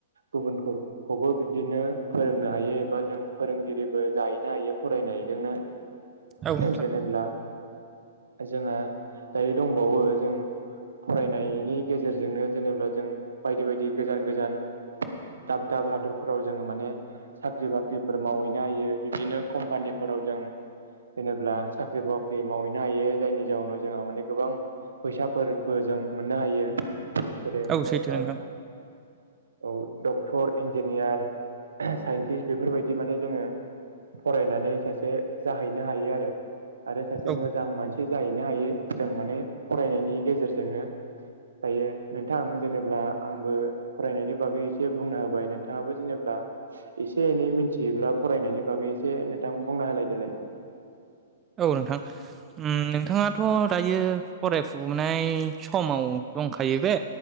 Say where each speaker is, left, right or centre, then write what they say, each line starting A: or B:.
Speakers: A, on the right; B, on the right.
A: गुबुनफोरखौबो बिब्दिनो फोरोंनो हायो। बा जों फोरोंगिरिबो जाहैनो हायो फरायनायजोंनो
B: औ नोंथां
A: जेनेब्ला जोंहा दायो दंबावो जों फरायनायनि गेजेरजोंनो जेनेब्ला जों बायदि बायदि गोजान गोजान दाब दाब हादरफोराव जोंङो माने साख्रि बाख्रिफोर मावहैनो हायो। बिदिनो कम्पानिफोर आव जों जेनेब्ला साख्रि बाख्रि मावहैनो हायो जायनि जाउनाव जोंहा माने गोबां फैसाफोर बो जों मोननो हायो। जेरै
B: औ
A: हमना
B: सैथो
A: ला
B: नोंथां
A: जों औ डक्टर इन्जिनियार साइन्टिस्ट बेफोरबायदि माने जोंङो फरायनानै सासे जाहैनो हायो आरो। आरो सासे
B: औ
A: मोजां
B: नोंथां
A: मानसि जाहैनो हायो। जों माने फरायनायनि गेजेरजोंनो दायो नोंथां जेनेब्ला आंबो फरायनायनि बागै एसे बुंना होबाय नोंथाङाबो जेनेब्ला एसे एनै मिथियोब्ला फरायनायनि बागै एसे नोंथां बुंना होलायदोलाय
B: <inaudible> औ नोंथां। उम नोंथाङाथ' दायो फरायफुनाय समाव दंखायो बे